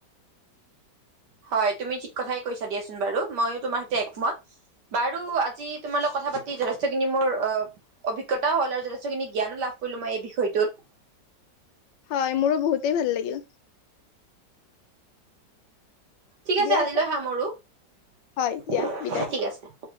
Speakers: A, on the right; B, on the left.
A: হয় তুমি ঠিক কথাই কৈছা দিয়াচোন বাৰু মইো তোমাৰ সৈতে একমত বাৰু আজি তোমাৰ লগ ক। কথা পাতি যথেষ্টখিনি মোৰ অ অভিজ্তাও হ'ল আৰু যথেষ্টখিনি জ্ঞানো লাভ কৰিলো মই এই বিষয়টোত।
B: হয় মোৰো বহুতেই ভাল লাগিল।
A: ঠিক আছে
B: দিয়া
A: আজিলৈ সমৰো আৰু
B: হয় দিয়া বিদায়
A: ঠিক আছে।